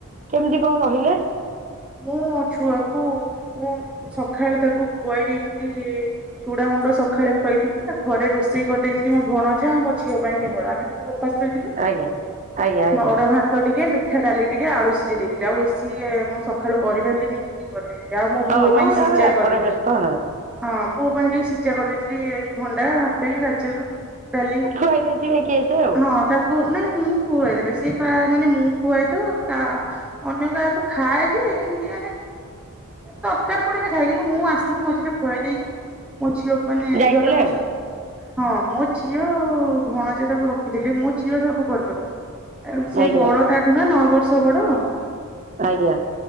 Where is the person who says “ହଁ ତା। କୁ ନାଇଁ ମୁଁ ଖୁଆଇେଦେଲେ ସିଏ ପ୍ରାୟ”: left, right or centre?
Centre